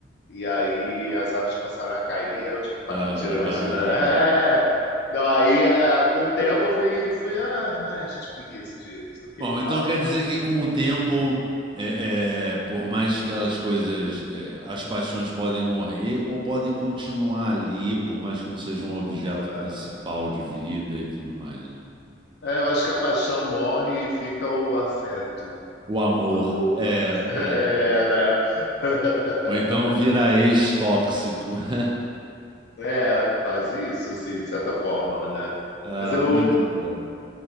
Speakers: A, on the left; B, on the right.
A: e aí as árvores começaram a cair. Aí eu tipo, pá,
B: ah,
A: mentira,
B: ah,
A: imagina,
B: ah.
A: né?
B: ah.
A: <laughs> Não, aí ah, com o tempo eu fui, fui ah, ai, gente, preguiça de não sei o
B: Bom,
A: que e
B: então
A: tal.
B: quer dizer que com o tempo, é, é, por mais que aquelas coisas, é, as paixões podem morrer ou podem continuar ali, por mais que não seja um objeto
A: Ah,
B: principal de vida e tudo mais, né?
A: é, é, eu acho que a paixão morre e fica o afeto,
B: O amor
A: o amor.
B: é,
A: <laughs> É,
B: é.
A: né? <laughs>
B: Ou então vira ex-tóxico. <laughs>
A: É, quase isso, assim, de certa forma, né?
B: Ah,
A: Mas eu,
B: muito bom.